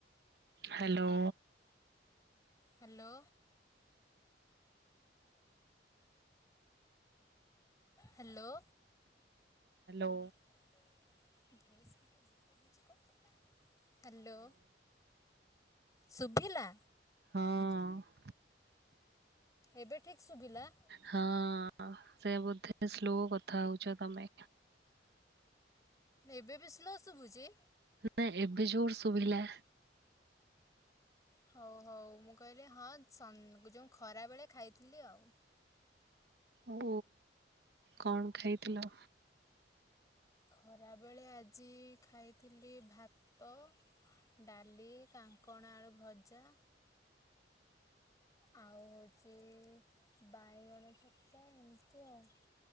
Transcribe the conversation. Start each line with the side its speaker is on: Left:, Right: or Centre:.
Right: Hello.
Left: hello. hello.
Right: Hello.
Left: <unintelligible> Hello ସୁୁଭିଲା।
Right: ହଁ।
Left: ଏବେ ଠିକ୍ ଶୁବିଲା।
Right: ହଁ ସେ ବୋଧେ ସ୍ଲୋ କଥା ହଉଛ ତମେ।
Left: ଏବେ ବି ସ୍ଲୋ ଶୁଭୁଛି?
Right: ନା ଏବେ ଜୋର ସୁୁଭିଲା।
Left: ହଉ ହଉ ମୁଁ କହିଲି ହଁ ଯେଉ ଖରାବେେଳେ ଖାଇଥିଲି ଆଉ।
Right: ଓ କଣ ଖାଇଥିଲ?
Left: ଖରାବେଳେ ଆଜି ଖାଇଥିଲି ଭାତ ଡାଲି, କାଙ୍କଣ ଆଳୁ ଭଜା ଆଉ ହଉଚି ବାଇଗଣ ଚକଟା ଏମିତି ଆଉ।